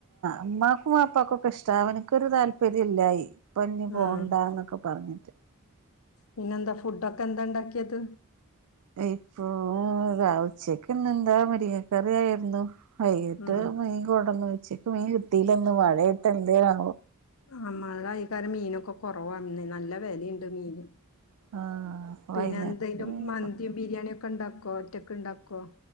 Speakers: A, on the right; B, on the left.
A: അ്മാക്കും അപ്പക്കും ഒക്കെ ഇഷ്ടാവൻ എനിക്കൊരു താല്പര്യം ഇല്ലായി ഇപ്പൊ ഇനി പോണ്ടന്നൊക്കെ
B: ആഹ്
A: പറഞ്ഞിട്ട്
B: പിന്നെന്താ ഫുഡൊക്കെ എന്താ ഉണ്ടാക്കിയത്
A: ഇപ്പൊ ഉച്ചക്ക്ന്ന എന്താ മട കറിയായിരുന്നു വൈകിട്ട്
B: ഉം
A: മീൻ കൊടന്ന് വെച്ചേക്ക് മീൻ കിട്ടീല്ലന്ന് മഴയിട്ട് എന്തേോ
B: നമ്മള കയിക്കാരം മീനൊക്കെ കുറവാന്ന നല്ല വിലയുണ്ട് മീന്
A: ആഹ്
B: പിന്നെ
A: വൈകുന്നേരത്ത്
B: എന്തെിലും
A: മീൻ
B: മന്തിയും ബിരിയാണിയ ഒക്കെ ഉണ്ടാക്കോ ഒറ്റൊക്കെ ഉണ്ടാക്കോ